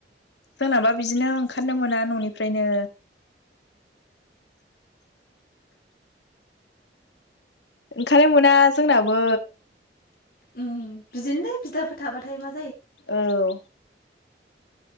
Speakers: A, on the left; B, on the left.
A: जोंनाबा बिदिनो ओंखारनो मोना ननिफ्रायनो। ओंखारनो मोना जोंनाबो।
B: उम बिदिनोलै बिदाफोरो थाबाथाय मा
A: औ